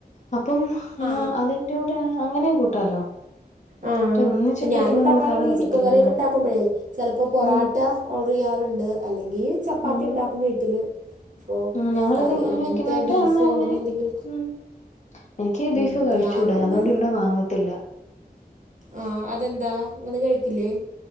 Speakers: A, on the left (about 45°); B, on the right (about 50°).
A: അപ്പം അഹ്
B: ആ
A: അതിൻ്റൂടെ അങ്ങനെം കൂട്ടാലോ.
B: ആഹ്.
A: മറ്റേ ഒന്നിച്ചിട്ട്
B: ഞാനുണ്ടാക്കാറ്ണ്ട്.
A: വെക്കുമ്പോ നമുക്ക് അത് പറ്റത്തില്ലല്ലോ
B: ഈ ചിക്കൻ കറ്യൊക്കെ ണ്ടാക്കുമ്പഴേ ചെലപ്പോ പൊറാട്ട
A: ഉം
B: ഓർഡർ ചെയ്യാറുണ്ട്, അല്ലെങ്കിൽ ചപ്പാത്തി
A: ഉം
B: ഉണ്ടാക്കും വീട്ടില് ഫോ
A: ഉം ഞങ്ങളിത്
B: കറി
A: ഇങ്ങനെ
B: അങ്ങനത്തെ
A: വെക്കുന്നോണ്ട്
B: ബീഫോ
A: അന്ന് തന്നെ
B: അങ്ങനെ എന്തെങ്കിലുമൊക്കെ
A: ഉം എനിക്ക്
B: ഉം,
A: ബീഫ് കഴിച്ചുടാ.
B: ഞാനും ഒന്ന്
A: അതുകൊണ്ട് ഇവിടെ വാങ്ങത്തില്ല
B: ആ അതെന്താ നിങ്ങൾ കഴിക്കില്ലേ